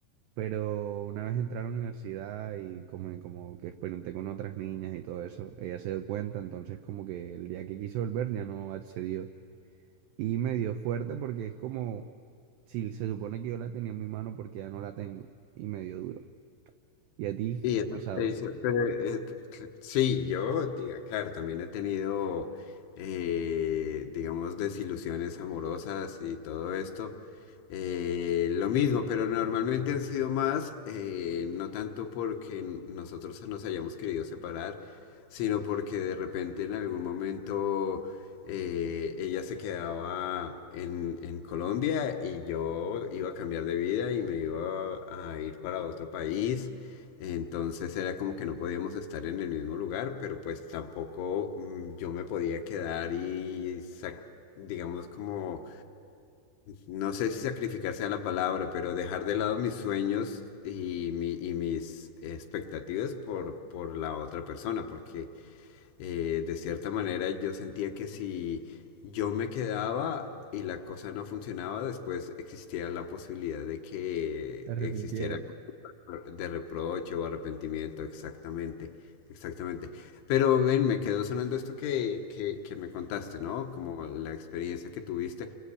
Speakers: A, on the right (about 85°); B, on the left (about 75°).
A: pero una vez entré a la universidad y como, como que experimenté con otras niñas y todo eso, ella se dio cuenta, entonces como que el día que quise volver ya no accedió y me dio fuerte porque es como... Si se supone que yo la tenía en mi mano porque ya no la tengo y me dio duro. ¿Y a ti
B: Y
A: te
B: eso
A: ha pasado?
B: te dice, pero, eh, cl- sí, yo, diga, claro, también he tenido, eh, digamos, desilusiones amorosas y todo esto. eh, lo mismo, pero normalmente han sido más, eh, no tanto porque n- nosotros nos hayamos querido separar, sino porque de repente en algún momento eh, ella se quedaba en, en Colombia y yo iba a cambiar de vida y me iba a ir para otro país. Entonces era como que no podíamos estar en el mismo lugar, pero pues tampoco mm, yo me podía quedar y, sac- digamos como, no sé si sacrificar sea la palabra, pero dejar de lado mis sueños y, mi- y mis expectativas por, por la otra persona, porque eh, de cierta manera yo sentía que si yo me quedaba y la cosa no funcionaba, después existía la posibilidad de que
A: ¿Te arrepintieras?
B: existiera algún tipo de reproche o arrepentimiento, exactamente, exactamente. Pero ven, me quedó sonando esto que, que, que me contaste, ¿no? Como la experiencia que tuviste.